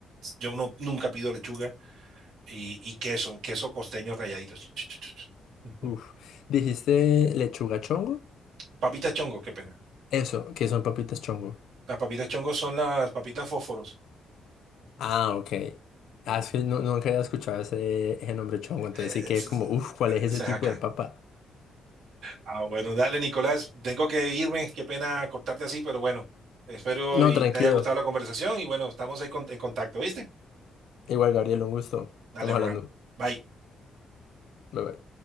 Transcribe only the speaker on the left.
Uf. ¿Dijiste lechuga chongo?
Eso, que son papitas chongo.
Ah, ok. Ah,
es que no, nunca había escuchado ese, ese nombre chongo, entonces
sí que
como,
uff, ¿cuál es
ese tipo
de papa?
No,
tranquilo.
Igual, Gabriel, un gusto.
Estamos
hablando.
Bye, bye.